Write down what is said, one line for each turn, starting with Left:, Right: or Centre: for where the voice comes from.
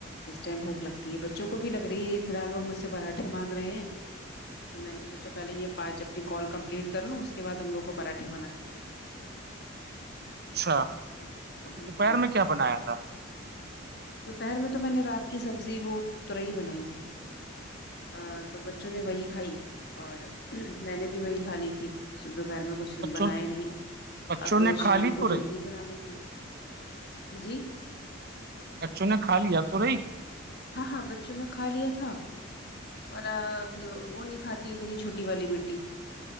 Left: اس ٹائم بھوک لگتی ہے بچوں کو بھی لگ رہی ہے فیحال وہ مجھ سے پراٹھے مانگ رہے ہیں تو میں نے سوچا پہلے یہ پانچ اپنی کال کمپلیٹ کر لوں اس کےعد ہم لوگ کو پراھے بنا کے د
Right: اچھا
Left: دوں
Right: ابھی دوپہر
Left: جی
Right: میں کیا بنایا تھا
Left: تو پہر میں تو میں نے رات کی سبزی وہ ترئی بنائی تھی ا تو بچوں نے وہی کھائی اور میں نے بھی وہی کھا لی تھی دوپہر میں کچھ
Right: بچوں
Left: بنائے نہیں ہے
Right: بچوں
Left: اب
Right: نے کھا
Left: شام
Right: لی
Left: کو
Right: تو
Left: جلدی
Right: رہی
Left: ہی بنا لوں گی جی
Right: بچوں نے کھا لیا تو رہی
Left: ہاں ہاں بچوں نے کھا لیا تھا اور وہ نہیں کھاتی میری چھوٹی والی بیٹی